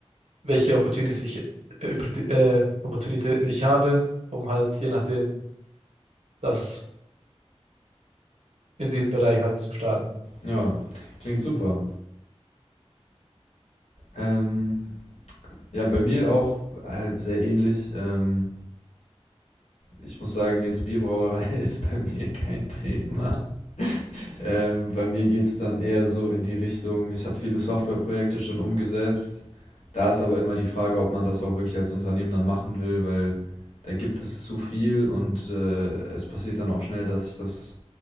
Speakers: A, on the right (about 80°); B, on the left (about 85°).
A: welche Opportunities ich, äh, Oppor- äh, Opportunitäten ich habe, um halt je nachdem das in diesem Bereich halt zu starten.
B: ja, klingt super. Ähm, ja, bei mir auch halt sehr ähnlich. Ähm, ich muss sagen, jetzt Bierbrauerei <laughs> ist bei mir kein Thema. Ähm, bei mir geht es dann eher so in die Richtung, ich habe viele Softwareprojekte schon umgesetzt. Da ist aber immer die Frage, ob man das auch wirklich als Unternehmen dann machen will, weil da gibt es zu viel und äh, es passiert dann auch schnell, dass sich das